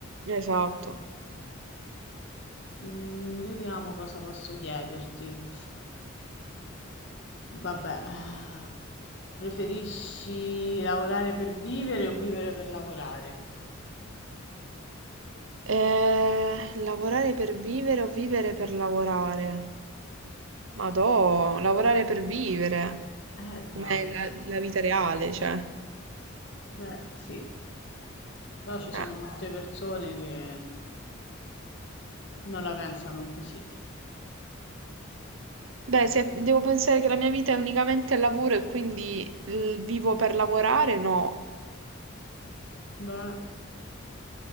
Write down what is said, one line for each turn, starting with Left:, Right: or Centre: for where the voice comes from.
Right: Esatto.
Left: Mm, vediamo cosa posso chiederti. Vabbè, eh, preferisci lavorare per vivere o vivere per lavorare?
Right: Eh, lavorare per vivere o vivere per lavorare? Madò, lavorare per vivere.
Left: Eh già,
Right: Com'è la, la vita reale, cioè.
Left: beh sì, Però ci sono
Right: Eh.
Left: molte persone che non la pensano così.
Right: Beh, se devo pensare che la mia vita è unicamente al lavoro e quindi eh, vivo per lavorare, no.
Left: Beh,